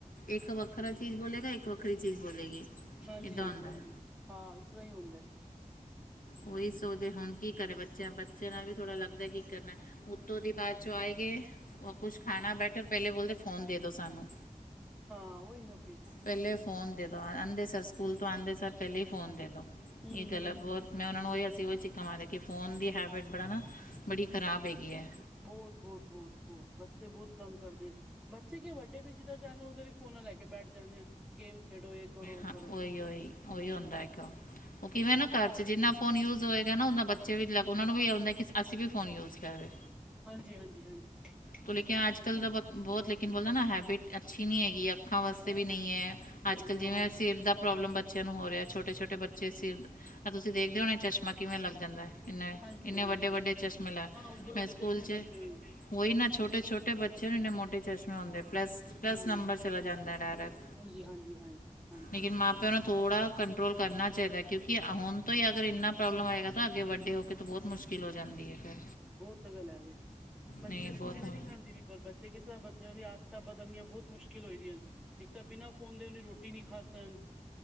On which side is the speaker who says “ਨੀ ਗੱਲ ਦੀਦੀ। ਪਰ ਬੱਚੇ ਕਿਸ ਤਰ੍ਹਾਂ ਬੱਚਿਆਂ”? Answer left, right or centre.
Centre